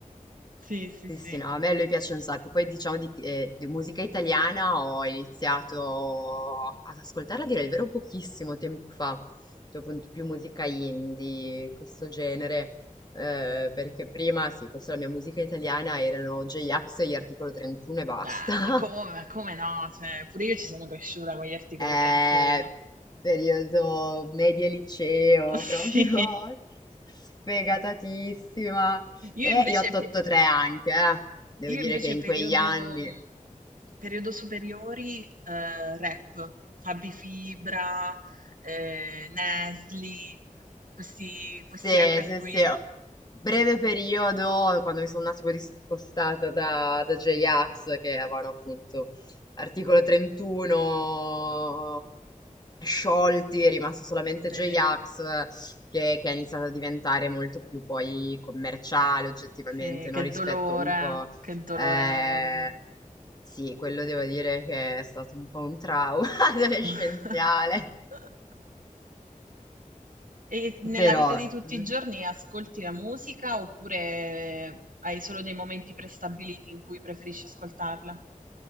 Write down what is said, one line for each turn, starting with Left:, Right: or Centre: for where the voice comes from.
Right: Sì, sì,
Left: Sì,
Right: sì.
Left: sì, no, a me lui piace un sacco. Poi diciamo di, eh, di musica italiana ho iniziato ad ascoltarla, a dire il vero, pochissimo tempo fa, cioè appunto più musica indie, questo genere, eh, perché prima, sì, forse la mia musica italiana erano J-Ax e gli Articolo 31 e basta.
Right: Ah, ma come,
Left: <laughs>
Right: ma come no? Cioè, pure io ci sono cresciuta con gli Articolo
Left: Eh,
Right: 31.
Left: periodo media liceo,
Right: <laughs> Sì.
Left: proprio sfegatatissima. E
Right: Io invece,
Left: gli 883
Right: pe-
Left: anche, eh. Devo
Right: Io
Left: dire
Right: invece
Left: che in
Right: periodo,
Left: quegli anni...
Right: mh, periodo superiori, eh, rap, Fabi Fibra, eh, Nesli, questi,
Left: Sì,
Right: questi rapper
Left: sì,
Right: qui.
Left: sì. ho- Breve periodo, quando mi sono un attimo discostata da, da J-Ax, che avevano appunto articolo 31 sciolti, è rimasto solamente
Right: Sì,
Left: J-Ax, che, che ha iniziato a diventare molto più poi commerciale oggettivamente,
Right: sì,
Left: no?
Right: che
Left: Rispetto
Right: dolore,
Left: un po'...
Right: che dolore
Left: eh,
Right: enorme.
Left: Sì, quello devo dire che è stato un po' un trauma <laughs> adolescenziale.
Right: <laughs> E nella
Left: Però...
Right: vita di tutti
Left: mm.
Right: i giorni ascolti la musica oppure hai solo dei momenti prestabiliti in cui preferisci ascoltarla?